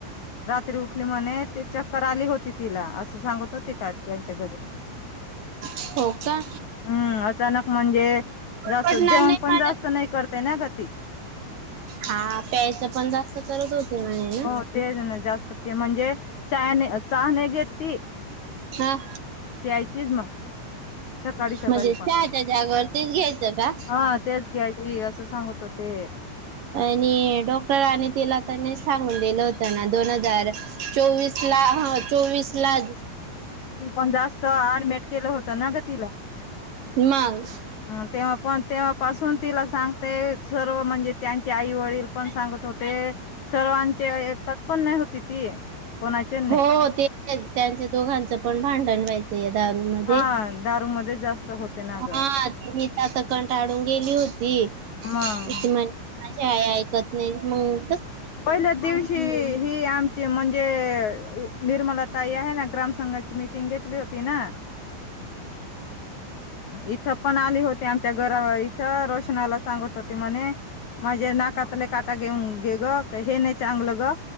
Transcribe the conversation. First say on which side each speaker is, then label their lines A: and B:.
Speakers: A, on the left; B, on the right.
A: रात्री उठली म्हणे ते चक्कर आली होती तिला. असं सांगत होते का त्यांच्या घरीच.
B: हो का?
A: हम्म, अचानक म्हणजे जास्त
B: पडणार
A: जेवण
B: नाही
A: पण
B: माझ्या
A: जास्त नाही करते ना ग ती.
B: हा, पेयचं पण जास्त करत होते म्हणे
A: हो, तेच ना जास्त पे म्हणजे चहाने चहा नई घेत ती.
B: हा.
A: प्यायचीच म. सकाळी-सकाळी
B: म्हणजे चहाच्या
A: पण,
B: जागेवर तेच घ्यायचं का?
A: हं तेच घ्यायाची, असं सांगत होते. हे.
B: काय नाही, डॉक्टरानी तेला आता नेक्स सांगून दिलं होत ना, दोन हजार चोवीस ला, हा चोवीस लाज
A: तु पण, जास्त आडमेट केलं होतं ना, ग? तिला
B: मग
A: हं तेव्हा पण, तेव्हा पासून, तिला सांगते सर्व म्हंजे त्यांचे आई वडील पण सांगत होते, सर्वांचे ऐकत पण नाही होती ती. कोणाचे नाही
B: हो हो, ते त्यांचे दोघांचे पणं, भांडण व्हायचे यात. दारू मधे.
A: हा दारू मध्ये जास्त होते ना
B: हां.
A: ग
B: सुनीता तर कंटाळून गेली होती. आस
A: मग
B: म्हणी माझी आय. काय ऐकत नाईत मंग?
A: पहिल्याच दिवशी, हे आमचे म्हंजे अ निर्मला ताई हाये ना ग्रामसंघा तीची मिटिंग घेतली होती, ना? इथं पण आली होते. आमच्या घरावर इथं. रोशनाला सांगत होते, म्हणे - माझे नाकातले काटा घेऊन गे ग. हे नाही चांगलं ग.